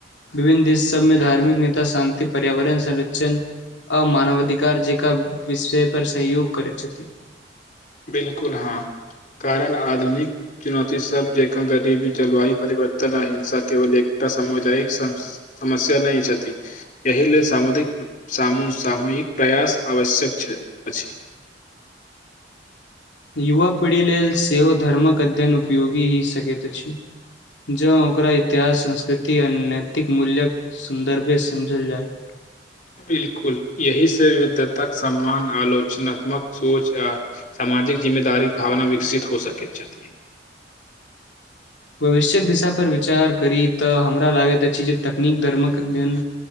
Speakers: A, on the left; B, on the left.
A: विभिन्न देश सभमे धार्मिक नेता शान्ति, पर्यावरण संरक्षण आ मानवाधिकार जेकां विषय पर सहयोग करैत छथि
B: बिलकुल हँ कारण आधुनिक चुनौती सब जेकां गरीबी, जलवायु परिवर्तन आ हिंसा केवल एकटा सामुदायिक समस्या नहि छथि। एहि लेल सामुदिक सामूहिक प्रयास आवश्यक छै अछि।
A: युवा पीढ़ी लेल सेहो धर्मक अध्ययन उपयोगी ही सकैत अछि जँ ओकरा इतिहास, संस्कृति आ नैतिक मूल्य्यक सन्दर्भे समझल जाय।
B: बिलकुल यहिसँ विविधताक सम्मान आलोचनात्मक सोच आ सामाजिक जिम्मेदारीक भावना विकसित हो सकैत छथि।
A: भविष्यक दिशाापर विचार करी तऽ हमरा लागैत अछि जे तकनीक धर्मक अध्ययन